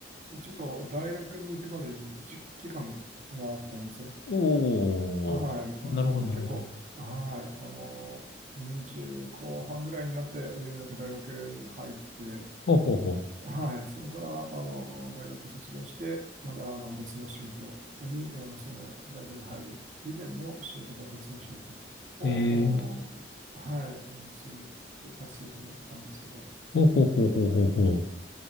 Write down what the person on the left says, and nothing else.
おー。
なるほど、なるほど。
ほうほうほ
う。えー
ほうほうほうほうほうほう。